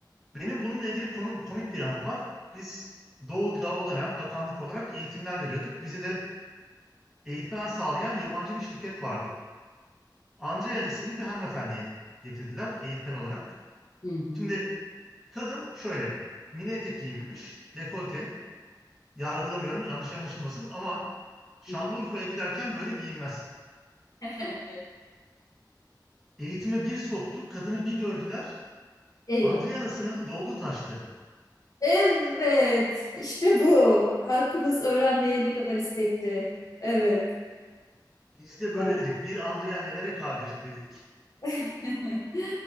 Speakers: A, in the centre; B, on the left.
A: Benim bununla ilgili konu, komik bir anım var. Biz Doğu'da o dönem bakanlık olarak eğitimler veriyorduk. Bize de eğitmen sağlayan yabancı bir şirket vardı. Andrea isimli bir hanımefendiyi getirdiler eğitmen olarak.
B: Hı hı.
A: Şimdi kadın şöyle mini etek giyinmiş, dekolte. Yargılamıyorum yanlış anlaşılmasın ama Şanlıurfa'ya
B: Hı hı.
A: giderken böyle giyinmezsin.
B: <laughs>
A: Eğitime bir soktuk, kadını bir gördüler.
B: Eyvah.
A: Andrea'nın sınıfı doldu taştı.
B: Evet, işte bu. Hakkımız öğrenmeye ne kadar istekli. Evet.
A: Biz de
B: Ya.
A: böyle dedik. Bir Andrea nelere kadir dedik.
B: <laughs>